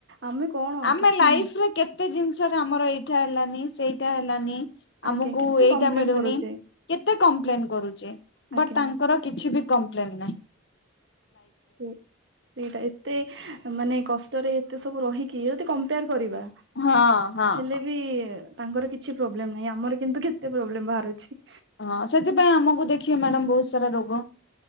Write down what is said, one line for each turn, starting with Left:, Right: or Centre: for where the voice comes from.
Right: ଆମେ କଣ
Left: ଆମେ
Right: କିଛି
Left: ଲାଇଫ
Right: ନାହିଁ
Left: ରରେ କେତେ ଜିନିଷ ର ଆମର ଏଇଠା ହେଲାନି ସେଇ। ତ ହେଲାନି।
Right: ଆଜ୍ଞା
Left: ଆମକୁ
Right: କେତେ
Left: ଏଇଟା
Right: କମ୍ପ୍ଲେନ
Left: ମିଳୁନି
Right: କରୁଛେ
Left: କେତେ କମ୍ପ୍ଲେନ କରୁଛେ
Right: ଆଜ୍ଞା
Left: ବଟ ତାଙ୍କର କିଛି ବି। କମ୍ପ୍ଲେନ୍ ନହିଁ।
Right: ସେ ସେଇଟା ଏତେ ମାନେ କଷ୍ଟ। ଏତେ ସବୁ ରହିକି ଯଦି କ କରିବା
Left: ହଁ ହଁ
Right: ହେଲେ
Left: ହଁ
Right: ବି ତାଙ୍କର କିଛି ପ୍ରୋବ୍ଲେମ ନାହିଁ ଆମର କିନ୍ତୁ କେତେ ପ୍ରୋବ୍ଲେମ ବାହାରୁଛି
Left: ହଁ ସେଥିପାଇଁ ଆମକୁ ଦେଖିବେ ମ୍ୟାଡ଼ାମ ବହୁତ ସାରା ରୋଗ